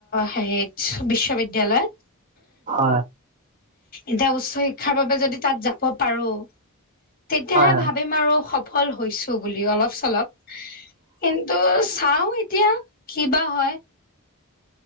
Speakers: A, on the left; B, on the right.
A: হেৰিত বিশ্ব বিদ্যালয়ত।
B: হয়।
A: এতিয়া উচ্চ শিক্ষাৰ বাবে যদি তাত যাব পাৰো তেতিয়াহে
B: হয় হয়
A: ভাবিম আৰু সফল হৈছো বুলি অলপ- চলপ কিন্তু চাও এতিয়া কিবা হয়।